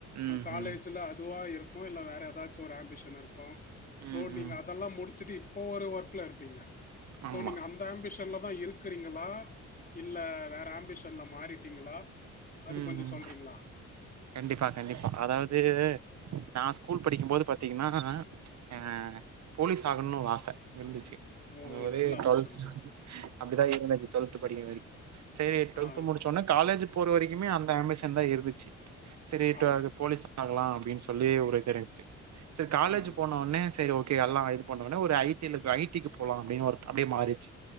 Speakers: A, on the right; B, on the left.
A: ம்
B: காலேஜ்ல
A: ம்
B: அதுவா இருக்கும் இருக்கும் இல்ல வேற ஏதாச்சும் ஒரு ஆம்பிஷன் இருக்கும் சோ
A: ம்
B: நீங்க
A: ம்
B: அதெல்லாம் முடிச்சுட்டு இப்போ ஒரு ஒர்க் ல இருப்பீங்க சோ
A: ஆமா
B: நீங்க அந்த ஆம்பிஷன்ல தான் இருக்குறீங்களா இல்ல வேற ஆம்பிஷன்ல மாறிட்டீங்களா அது
A: ம்
B: கொஞ்சம்
A: ம்
B: சொல்றீங்களா?
A: கண்டிப்பா கண்டிப்பா அதாவது நான் ஸ்கூல் படிக்கும் போது பாத்தீங்கனா அ போலீஸ் ஆகணும்னு ஒரு ஆசை இருந்துச்சு
B: ஓ!
A: அது மாரி
B: நல்ல ஆம்பிஷன்
A: டுவல்த்
B: ப்ரோ.
A: அப்டி தான் ‌இருந்தஜி டுவெல்த் படிக்கிற வரக் சரி டுவெல்த்
B: ஆ.
A: முடிச்சோன காலேஜ் போற வரைக்குமே அந்த ஆம்பிசன் தான் இருந்துச்சு சரி
B: ஆ.
A: போலீஸ் ஆகலாம் அப்டின்னு சொல்லி சொல்லியே ஊரே தெரிஞ்சு சரி காலேஜ்
B: ம்.
A: போன உடனே சரி ஓகே எல்லாம் இது பண்ணோனே ஒரு ஐ டி ஐடிக்கு போலாம் அப்டின்னு அப்டியே மாறுச்சு